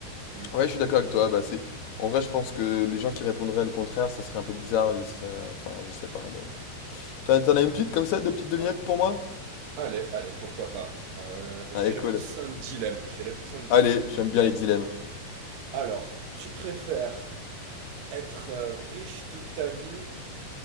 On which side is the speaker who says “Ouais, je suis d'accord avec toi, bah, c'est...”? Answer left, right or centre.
Left